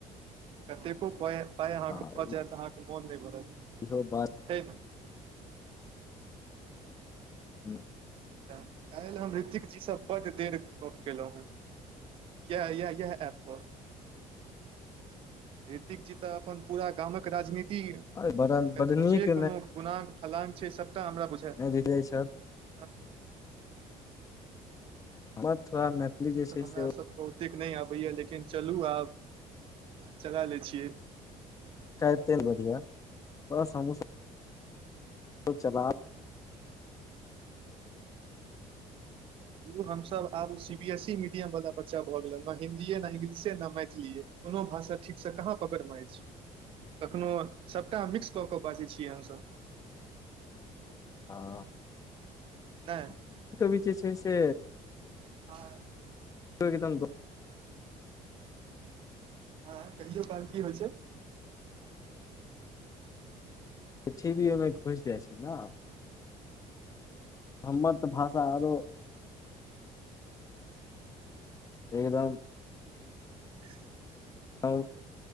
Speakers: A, on the right; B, on the left.
A: कतेको पाय, पाइ अहाँके
B: हँ
A: भऽ जायत, अहाँके मोन नय भरत
B: इहो बात
A: ठीक
B: हुँ <inaudible>
A: काल्हि हम ऋतिक जीसँ बड्ड देर गप केलौं हेँ येह येह येह एप पर ॠतिक जी तऽ अपन पूरा गामक राजनीति
B: बड़
A: ति
B: बड नीक
A: जे कोनो गुनाग फलांग छै सबटा हमरा बुझ
B: नहि हृदय स <unintelligible>
A: हँ <inaudible>
B: हमर थोड़ा मैथिली जे
A: तऽ
B: छै
A: हमरा
B: से
A: सभके ओतेक नहि आबैया लेकिन चलू आब काज चला लै छियै।
B: ते ब <unintelligible> बढियाँ बस हमहुँ सब चला लै छियै <inaudible>
A: यौ हमसब आब C B S E medium वाला बच्चा भऽ गेल ने हिन्दीए, न इंग्लिशे, न मैथिलीए कोनो भाषा ठीकसँ कहाँ पकड़मे आय छै कखनो सभटा मिक्स कऽ बाजै छियै हमसभ।
B: ह
A: नहि
B: क कभी जे छै से।
A: अच्छा
B: सोखित द।
A: हँ कहियो काल की होइ छै।
B: पछ भी ओहिमे घुसि जाइ छै, ने हमर तऽ भाषा आरो। एकदम।
A: ह।
B: हँ।